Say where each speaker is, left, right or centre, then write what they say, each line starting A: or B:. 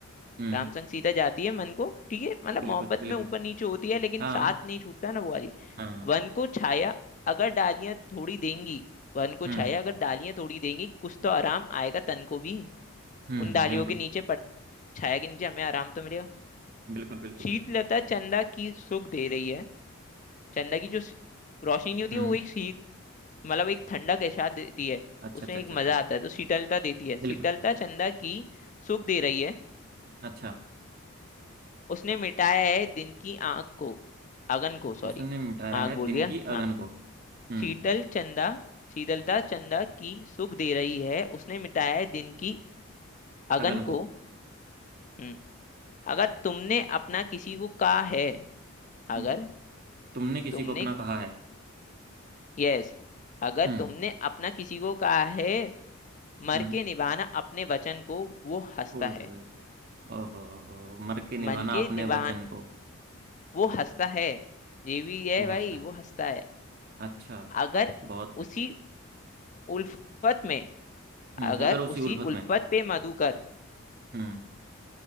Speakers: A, on the right (about 45°); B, on the left (about 35°).
A: हम्म
B: रामसंग सीता जाती है मन को ठीक है मतलब
A: बिल्कुल
B: मोहब्बत
A: बिल्कुल
B: में ऊपर नीचे होती है लेकिन
A: हाँ
B: साथ नहीं छूटता ना वो वाली
A: हाँ
B: वन को छाया अगर डालियां थोड़ी देंगी वन को
A: हम्म
B: छाया अगर डालियां थोड़ी देंगी कुछ तो आराम आएगा तन को भी
A: हम्म
B: उन डालियों
A: बिल्कुल
B: के नीचे पर छाया के नीचे हमें आराम तो मिलेगा
A: बिल्कुल बिल्कुल
B: शीतलता
A: बिल्कुल
B: चंदा की सुख दे रही है चंदा की जो सी- रोशनी होती
A: हम्म
B: है वो एक शीत मतलब एक ठंडक एहसास देती है
A: अच्छा
B: उसमें
A: अच्छा अच्छा
B: एक
A: अच्छा
B: मजा आता है तो शीतलता देती है शीतलता
A: बिल्कुल
B: चंदा की सुख दे रही है
A: अच्छा
B: उसने मिटाया है दिन की आग को अगन को सॉरी
A: उसने मिटाया है
B: आग बोल
A: दिन
B: दिया
A: की
B: हाँ
A: अगन को हम्म
B: शीतल चंदा शीतलता चंदा की सुख दे रही है उसने मिटाया है दिन की अगन
A: अगन को
B: को हम्म, अगर तुमने अपना किसी को कहा है
A: हम्म।
B: अगर
A: तुमने किसी
B: तुमने
A: को अपना कहा है
B: यस अगर
A: हम्म
B: तुमने अपना किसी को कहा है मर
A: हम्म
B: के निभाना अपने वचन को वो हंसता
A: ओए
B: है
A: होए ओहो हो, मर के निभाना
B: मन के
A: अपने
B: निभान
A: वचन को
B: वो हंसता है ये भी है
A: वो
B: भाई
A: हंसता है
B: वो हंसता है
A: अच्छा
B: अगर
A: बहुत
B: उसी
A: बढ़िया
B: उल्फत में
A: हम्म
B: अगर
A: अगर उसी
B: उसी
A: उल्फत में
B: उल्फत पे मधुकर
A: हम्म